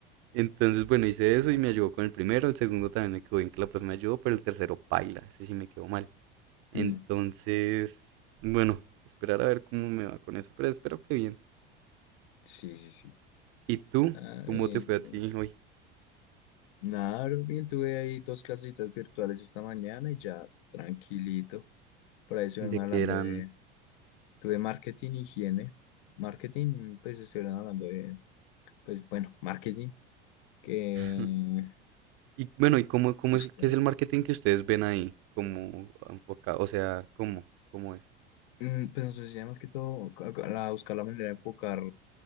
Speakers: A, on the right (about 50°); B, on the left (about 60°).
A: Entonces, bueno, hice eso y me ayudó con el primero. El segundo también me quedó bien que la profe me ayudó, pero el tercero paila. Ese sí me quedó mal. Entonces,
B: Mm,
A: bueno, esperar a ver cómo me va con eso. Pero espero que bien.
B: Sí, sí, sí.
A: ¿Y tú?
B: Ah,
A: ¿Cómo
B: bien,
A: te fue
B: bien.
A: a ti hoy?
B: Nada, bro, bien, tuve ahí dos clasitas virtuales esta mañana y ya tranquilito. Por ahí estuvieron
A: ¿De
B: hablando
A: qué eran?
B: de, tuve marketing, higiene. Marketing, pues estuvieron hablando de, pues bueno, marketing, que
A: <laughs> Y bueno, ¿y cómo, cómo
B: buscar,
A: es, qué es el marketing que ustedes ven ahí? ¿Cómo enfocado? O sea, ¿cómo, cómo es?
B: mm, pues nos enseña más que todo a- a la- buscar la manera de enfocar